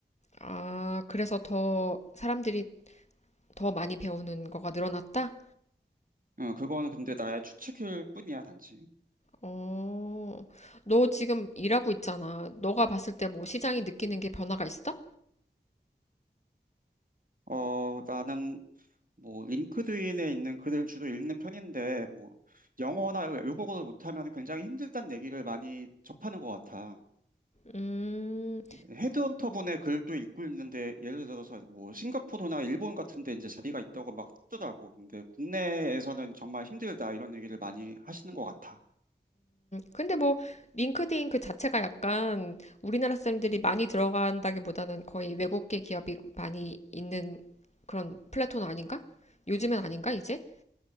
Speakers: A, on the left; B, on the right.
A: 아, 그래서 더 사람들이 더 많이 배우는 거가 늘어났다?
B: 응, 그거는 근데 나의 추측일 뿐이야, 단지.
A: 어, 너 지금 일하고 있잖아. 너가 봤을 때 뭐 시장이 느끼는 게 변화가 있어?
B: 어, 나는 뭐 링크드인에 있는 글을 주로 읽는 편인데 뭐 영어나 외국어를 못하면 굉장히 힘들다는 얘기를 많이 접하는 것 같아.
A: 음,
B: 헤드헌터 분의 글도 읽고 있는데 예를 들어서 뭐 싱가포르나 일본 같은 데 이제 자리가 있다고 막 뜨더라고. 근데 국내에서는 정말 힘들다 이런 얘기를 많이 하시는 것 같아.
A: 근데 뭐 링크드인 그 자체가 약간 우리나라 사람들이 많이 들어간다기보다는 거의 외국계 기업이 많이 있는 그런 플랫폼 아닌가? 요즘엔 아닌가 이제?